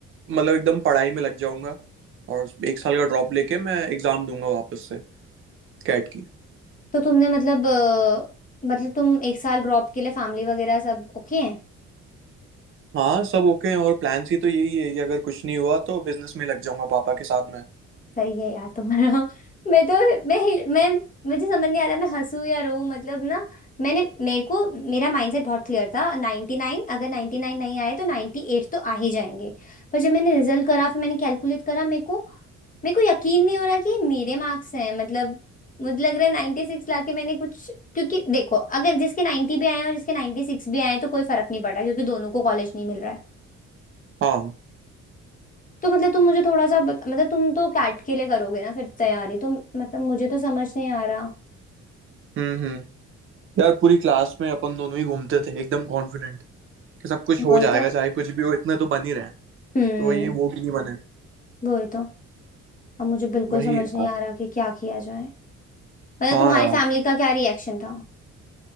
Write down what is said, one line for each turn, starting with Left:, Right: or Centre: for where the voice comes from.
Right: मतलब एकदम पढ़ाई में लग जाऊंगा और एक साल का ड्रॉप लेके मैं एग्ज़ाम दूंगा वापस से कैट की
Left: तो तुमने मतलब अ, मतलब तुम एक साल ड्रॉप के लिए फैमिली वगैरह सब ओके
Right: हाँ सब ओके हैं और प्लान सी तो यही है कि अगर कुछ नहीं हुआ तो बिजनेस में लग जाऊंगा पापा के साथ में
Left: सही है यार तुम्हारा <laughs> मैं तो मैं हिल- मैं मुझे समझ नहीं आ रहा मैं हंसू या रो मतलब ना मैंने मेरे को मेरा माइंडसेट बहुत क्लियर था 99 अगर 99 नहीं आए तो 98 तो आ ही जाएंगे पर जब मैंने रिजल्ट करा फिर मैंने कैलकुलेट करा मेरे को मेरे को यकीन नहीं हो रहा कि ये मेरे मार्क्स हैं मतलब मुझे लग रहा है 96 लाके मैंने कुछ क्योंकि देखो अगर जिसके 90 भी आए हैं और जिसके 96 भी आए हैं तो कोई फर्क नहीं पड़ा क्योंकि दोनों को कॉलेज नहीं मिल रहा है
Right: हाँ
Left: तो मतलब तुम मुझे थोड़ा सा बत... मतलब तुम तो कैट के लिए करोगे ना फिर तैयारी तुम मतलब मुझे तो समझ नहीं आ रहा
Right: हम्म हम्म यार पूरी क्लास में अपन दोनों ही घूमते थे एकदम कॉन्फिडेंट कि सब कुछ हो
Left: वही
Right: जाएगा
Left: तो
Right: चाहे कुछ भी हो इतने तो बन ही रहे हैं
Left: हम्म
Right: तो वही है, वो भी नहीं बने
Left: वही तो अब मुझे बिल्कुल
Right: वही
Left: समझ
Right: यार
Left: नहीं आ रहा कि क्या किया जाए मतलब
Right: हाँ
Left: तुम्हारी
Right: यार
Left: फैमिली का क्या रिएक्शन था